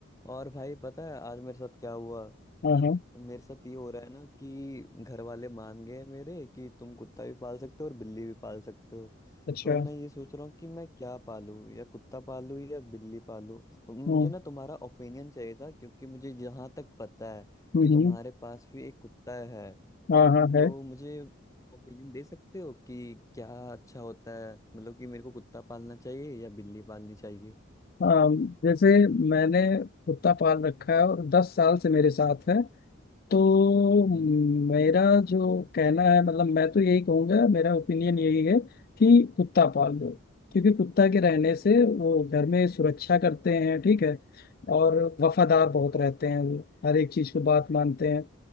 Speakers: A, on the left; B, on the left.
A: और भाई पता है आज मेरे साथ क्या हुआ
B: हाँ हाँ
A: मेरे साथ ये हो रहा है ना कि घर वाले मान गए मेरे कि तुम कुत्ता भी पाल सकते हो और बिल्ली भी पाल सकते हो
B: अच्छा
A: तो अब मैं ये सोच रहा हूँ कि मैं क्या पालूं या कुत्ता पालूं या बिल्ली पालूं तो मुझे
B: हम्म
A: ना तुम्हारा ओपिनियन चाहिए था क्योंकि मुझे जहाँ तक पता है
B: हम्म,
A: कि तुम्हारे
B: हम्म,
A: पास भी एक कुत्ता है
B: हाँ हाँ है
A: तो मुझे ओपिनियन दे सकते हो कि क्या अच्छा होता है मतलब कि मेरे को कुत्ता पालना चाहिए या बिल्ली पालनी चाहिए
B: अम, जैसे मैंने कुत्ता पाल रखा है और दस साल से मेरे साथ है तो
A: हम्म
B: मेरा जो कहना है मतलब मैं तो यही कहूंगा मेरा ओपिनियन यही है कि कुत्ता पाल लो क्योंकि कुत्ता के रहने से वो घर में सुरक्षा करते हैं ठीक है और वफादार
A: हम्म,
B: बहुत रहते हैं वो हर एक चीज को बात मानते हैं